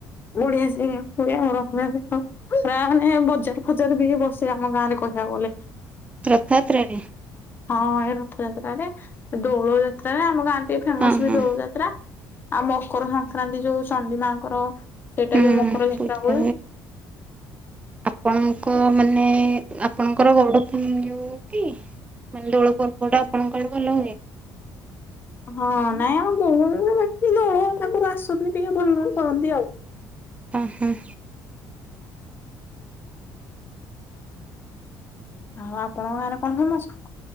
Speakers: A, on the left (about 30°); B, on the right (about 15°).
A: ଓଡିଆ ସେ ଓଆ ର <unintelligible> ପୁରା ମାନେ ବଜାର ଫଜାର ବି ବସିବେ ଆମ ଗାଁ ରେ କହିବାକୁ ଗଲେ।
B: ରଥଯାତ୍ରା ରେ।
A: ହଁ ଏଇ ରଥଯାତ୍ରାରେ ଦୋଳ ଯାତ୍ରାରେ ଆମ ଗାଁ ଟିକେ ଫେମସ
B: ହଁ
A: ବି
B: ହଁ
A: ଦୋଳ ଯାତ୍ରା। ଆଉ ମକର ସଂକ୍ରାନ୍ତି ଯୋଉ ଚଣ୍ଡୀ ମାଆଙ୍କର ସେଇଟାରେ
B: ହୁଁ
A: ବି ମକର ଯାତ୍ରା
B: ପୂଜା
A: ହୁଏ।
B: ଆପଣଙ୍କ ମାନେ ଆପଣଙ୍କର ଗଉଡ ଯୋଉ କି? ମାନେ ଦୋଳ ପର୍ବ ଟା ଆପଣଙ୍କ ଆଡେ ଭଲ ହୁଏ।
A: ହଁ, ନାଇଁ ଆମର ଗଉଡ଼ ନୁହେଁ। ବାକି ଦୋଳ ଠାକୁର ଆସନ୍ତି ଟିକେ ଭଲରେ କରନ୍ତି ଆଉ।
B: ହୁଁ ହୁଁ।
A: ଆଉ ଆପଣଙ୍କ ଗାଁ ରେ କଣ ଫେମସ?